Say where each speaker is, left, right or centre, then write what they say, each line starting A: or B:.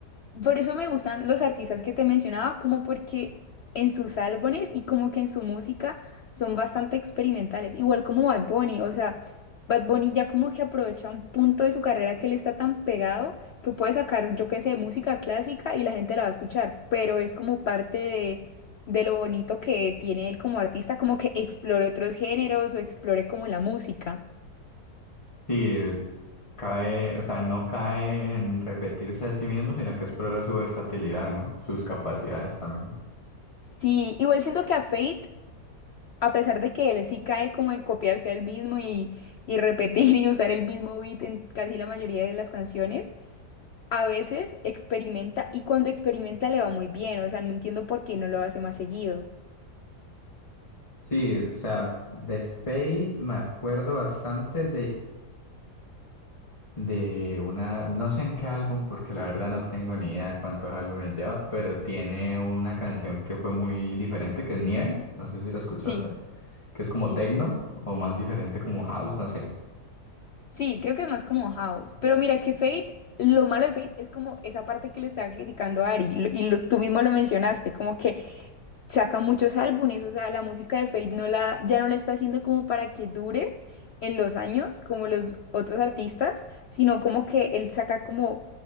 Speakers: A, on the left; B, on the left.
A: Por eso me gustan los artistas que te mencionaba, como porque en sus álbumes y como que en su música son bastante experimentales, igual como Bad Bunny, o sea, Bad Bunny ya como que aprovecha un punto de su carrera que le está tan pegado que puede sacar, yo qué sé, música clásica y la gente la va a escuchar, pero es como parte de, de lo bonito que tiene él como artista, como que explore otros géneros o explore como la música.
B: Sí, cae, o sea, no cae en repetirse a sí mismo, sino que explora su versatilidad, ¿no? Sus capacidades también.
A: Sí, igual siento que a Fate A pesar de que él sí cae como en copiarse el mismo y, y repetir y usar el mismo beat en casi la mayoría de las canciones, a veces experimenta y cuando experimenta le va muy bien, o sea, no entiendo por qué no lo hace más seguido.
B: Sí, o sea, de Fate me acuerdo bastante de una, no sé en qué álbum, porque la verdad no tengo ni idea cuántos álbumes lleva, pero tiene una canción que fue muy diferente, que es Nieve, no sé si la escuchaste,
A: Sí,
B: que es como
A: sí,
B: techno
A: sí.
B: o más diferente como house, no sé.
A: Sí, creo que es más como house. Pero mira que Fate, lo malo de Fate es como esa parte que le estaba criticando a Ari y, lo- y lo- tú mismo lo mencionaste, como que saca muchos álbumes, o sea, la música de Fate no la, ya no la está haciendo como para que dure en los años, como los otros artistas, sino como que él saca como